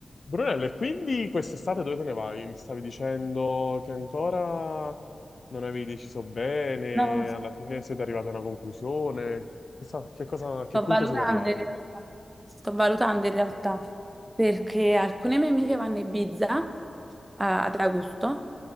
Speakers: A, on the left; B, on the right.
A: Brunello, e quindi quest'estate dove te ne vai? Mi stavi dicendo che ancora non avevi deciso bene,
B: No,
A: alla fine siete arrivati a una conclusione. Che, sa- che cosa,
B: sto
A: a che punto
B: valutando
A: siete arrivati?
B: in realtà, sto valutando in realtà, perché alcune mie amiche vanno a Ibiza a- ad agosto,